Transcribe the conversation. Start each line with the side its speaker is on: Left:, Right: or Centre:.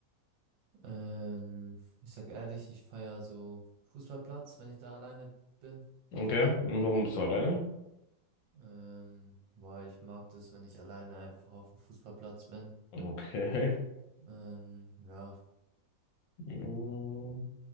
Right: Ähm, ich sag ehrlich, ich feier so Fußballplatz, wenn ich da alleine bin.
Left: Okay. Und warum bist du alleine?
Right: Ähm, weil ich mag das, wenn ich alleine einfach auf dem Fußballplatz bin.
Left: Okay.
Right: Ähm, ja.
Left: Mm,